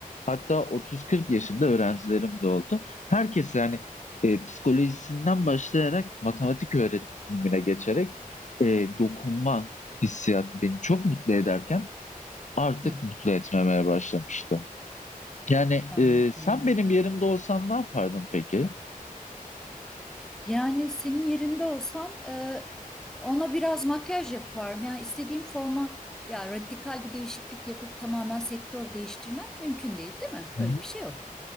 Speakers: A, on the left; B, in the centre.
A: hatta 30-40 yaşında öğrencilerim de oldu. Herkes yani e, psikolojisinden başlayarak matematik öğretimine geçerek e, dokunma hissiyatı beni çok mutlu ederken artık
B: Hı.
A: mutlu etmemeye başlamıştı. Yani
B: Anladım.
A: e, sen benim yerimde olsan ne yapardın peki?
B: Yani senin yerinde olsam e, ona biraz makyaj yaparım. Yani istediğim forma ya radikal bir değişiklik yapıp tamamen sektör değiştirmem mümkün değil, değil mi?
A: Hı
B: Öyle
A: hı.
B: bir şey yok.